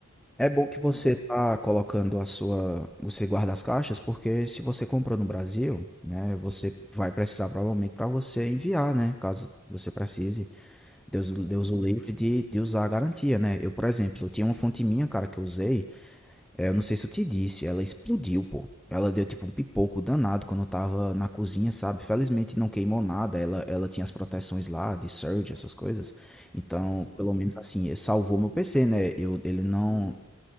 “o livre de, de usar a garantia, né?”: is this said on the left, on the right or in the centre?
Centre